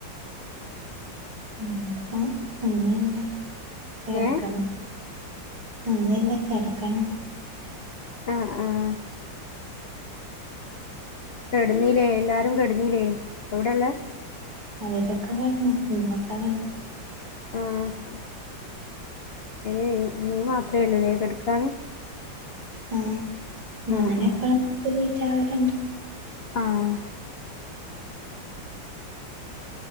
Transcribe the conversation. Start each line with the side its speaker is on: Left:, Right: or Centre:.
Right: <unintelligible> കെടക്കണം-
Left: ഏ
Right: ഒന്നുല്ല കെടക്കണം-
Left: ആഹ് ആഹ് - കെടന്നില്ലേ എല്ലാരും കെടുന്നില്ലേ അവിടെളേള-
Right: അവരൊക്കെ കെടന്ന് ഞാൻ ഇപ്പാ കട
Left: ആഹ്- ഇനി നീ മാത്രമുള്ളുല്ലേ കട്ക്കാന്-
Right: ആഹ് ഞാന്
Left: ആ ആ
Right: എപ്പോളും ലേറ്റ് ആവലണ്ട്-
Left: ആഹ് -